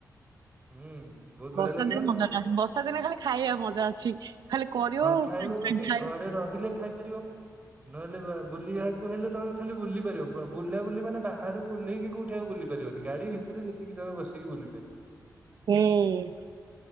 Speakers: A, on the right (about 20°); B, on the right (about 80°).
A: ହୁଁ। ବହୁତ ବଢିଆ
B: ବର୍ଷା
A: ଲାଗିବ
B: ଦିନ ମଜା
A: ନା
B: ନାହିଁ ବର୍ଷା ଦିନେ ଖାଲି ଖାଇବା ମଜା ଅଛି ଖାଲି କରିବ
A: ହଁ ଖାଇବ
B: ସେ
A: କେମିତି
B: ଖାଇବୁ।
A: ଘରେ ରହିଲେ ଖାଇପାରିବ। ନହେଲେ ବୁଲିବାକୁ ହେଲେ ତମେ ଖାଲି ବୁଲି ପାରିବ ବୁଲାବୁଲି ମାନେ ବାହାରକୁ ଓହ୍ଲେଇ କି କଉଠି ସେଠି ବୁଲି ପାରିବନି ଗାଡି ଭିତରେ ଯେତିକି ତମେ ବସିକି ବୁଲି ପାରିବ।
B: ହୁଁ।